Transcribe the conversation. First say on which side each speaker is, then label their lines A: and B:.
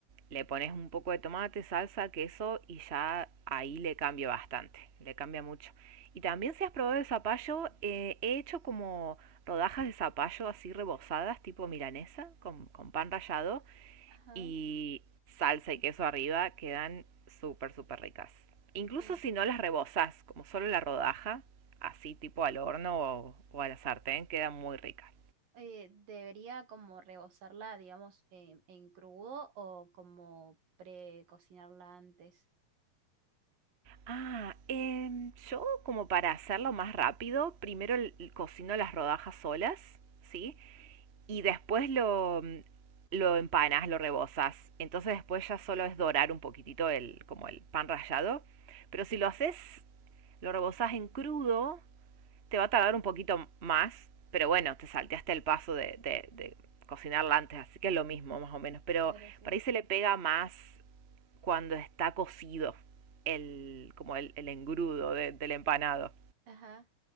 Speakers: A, on the right; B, on the right.
A: le pones un poco de tomate, salsa, queso y ya ahí le cambia bastante, le cambia mucho. Y también si has probado el zapallo, eh, he hecho como rodajas de zapallo así rebozadas, tipo milanesa, con, con pan rallado,
B: Ajá.
A: y salsa y queso arriba, quedan súper, súper ricas. Incluso
B: Uh,
A: si no las rebozas, como solo la rodaja, así tipo al horno o, o a la sartén, queda muy rica.
B: eh, debería como rebozarla, digamos, eh, en crudo o como precocinarla antes.
A: Ah, em, yo como para hacerlo más rápido, primero l- l- cocino las rodajas solas, ¿sí? Y después lo, mm, lo empanas, lo rebozas. Entonces después ya solo es dorar un poquitito el, como el pan rallado. Pero si lo haces, lo rebozas en crudo Te va a tardar un poquito más, pero bueno, te salteaste el paso de, de, de cocinarla antes, así que es lo mismo más o menos. Pero
B: Claro, sí.
A: por ahí se le pega más cuando está cocido el, como el, el engrudo de- del empanado.
B: Ajá.